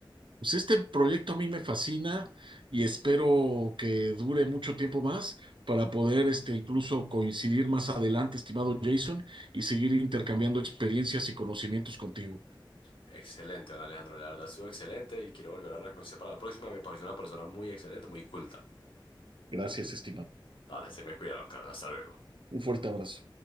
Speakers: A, on the right; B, on the left.
A: Pues este proyecto a mí me fascina y espero que dure mucho tiempo más para poder este, incluso coincidir más adelante, estimado Jason, y seguir intercambiando experiencias y conocimientos contigo.
B: Excelente, don Alejandro, la verdad estuvo excelente y quiero volver a hablar con usted para la próxima. Me pareció una persona muy excelente, muy culta.
A: Gracias, estimado.
B: Dale, se me cuidaban, Carlos. Hasta luego.
A: Un fuerte abrazo.